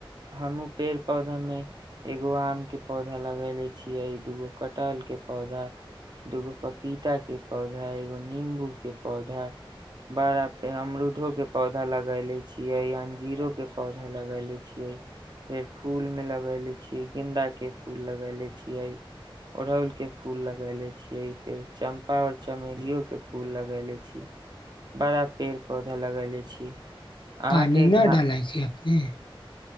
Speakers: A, on the right; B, on the left.
A: हमू पेड़ पौधा में एगो आम के पौधा लगेले छीिये दूगो कटहल के पौधा दूगो पपीता के पौधा एगो नंबू के पौधा बड़ा पे अमरूदो के पौधा लगेले छीियै अंजीरो के पौधा लगले छिय फेर फूल मे लगैले छीियै गेदाा के फूल लगैले छियै ओड़हुल के फूल लगैले छियै फेर चम्पा और चमेलियो के फूल लगैले छीिय बड़ा पेड़ पौधा लगैले छी अहाँके
B: पानि
A: घा
B: न डालै छै अपने नहि